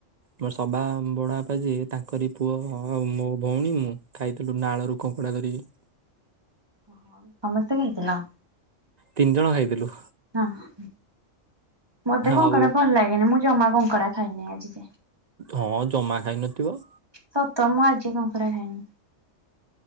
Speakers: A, on the right; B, on the right.
A: ମୋ ସଭା ବଡବାପା ଯିଏ ତାଙ୍କରି ପୁଅ ଆ ମୋ ଭଉଣୀ, ଖାଇଥିଲି ନାଳରୁ କଙ୍କଡ଼ା ଧରିିକି।
B: ଓ ହୋ ସମସ୍ତେ ଖାଇଥିଲ?
A: ତିନି ଜଣ ଖାଇଥିଲୁ।
B: ହଁ। ମତେ କଙ୍କଡା
A: ଆଉ
B: ଭଲ ଲାଗେନି, ମୁଁ ଜମା କଙ୍କଡା ଖାଇନି ଆଜି ଯାଏ।
A: ହଁ, ଜମା ଖାଇନଥିବ
B: ସତ ମୁଁ ଆଜି କଙ୍କଡ଼ା ଖାଇନି।